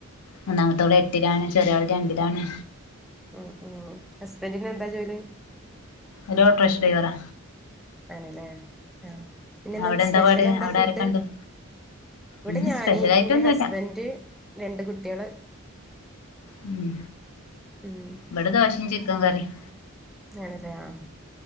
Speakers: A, on the left; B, in the centre.
A: മുന്നാമത്തോള് എട്ടിലാണ് ചെറിയോള് രണ്ടിലാണ്
B: ഉം ഉം ഹസ്ബന്റിന് എന്താ ജോലി
A: ഓല് ഓട്ടോറിക്ഷ ഡ്രവറാ
B: ആണല്ലേ ആഹ് പിന്നെ ഇന്ന്
A: അവിടെ
B: സ്പെഷ്യൽ
A: പാട്
B: എന്താ
A: അവിടെ
B: ഫുഡ്
A: ആരൊക്കെണ്ട്
B: ഇവിടെ
A: ഇന്ന്
B: ഞാന്
A: സ്പെഷ്യലായിട്ടൊന്നുല്ല
B: എന്റെ ഹസ്ബന്റ് രണ്ട് കുട്ട്യാള്
A: ഉം
B: ഉം
A: ഇവടെ ദോശയും ചിക്കൻ കറിയും
B: ആണല്ലേ ആഹ്